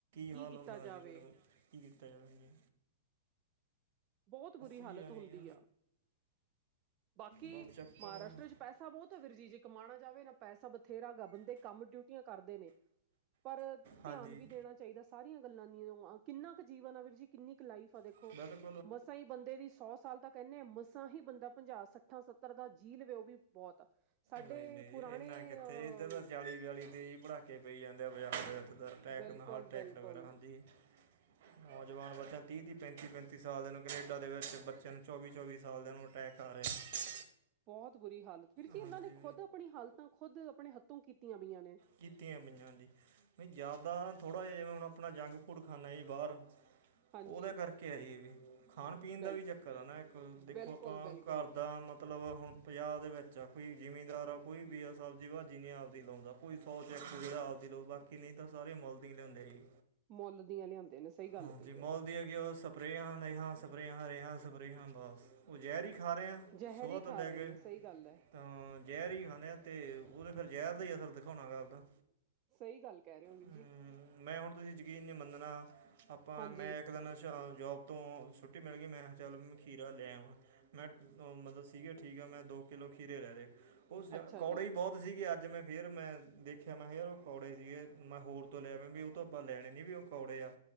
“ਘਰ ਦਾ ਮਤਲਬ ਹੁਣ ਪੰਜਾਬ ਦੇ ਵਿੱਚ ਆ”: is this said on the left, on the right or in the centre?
Right